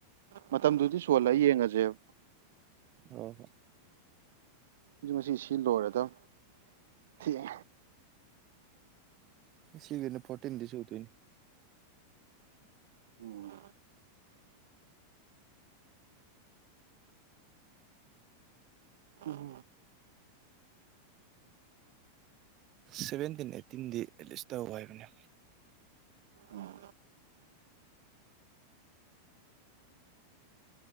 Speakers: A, on the right; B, on the right.
A: ꯃꯇꯝꯗꯨꯗꯤ ꯁꯨꯍꯜꯂ ꯌꯦꯡꯉꯁꯦꯕ꯫
B: ꯑꯣ ꯍꯣ꯫
A: ꯑꯩꯖꯨ ꯉꯁꯤ ꯁꯤ ꯂꯣꯏꯔꯗꯕꯅꯦ꯫ ꯁꯦ
B: ꯁꯤꯒꯅꯦ ꯐꫭꯔꯇꯤꯟꯗꯤ ꯁꯨꯗꫭꯏꯅꯦ꯫
A: ꯎꯝ ꯎꯝ
B: ꯁꯚꯦꯟꯇꯤꯟ ꯑꯩꯠꯇꯤꯟꯗꯤ ꯑꯦꯠꯂꯤꯁ ꯇꯧ ꯍꯥꯏꯕꯅꯦ
A: ꯎꯝ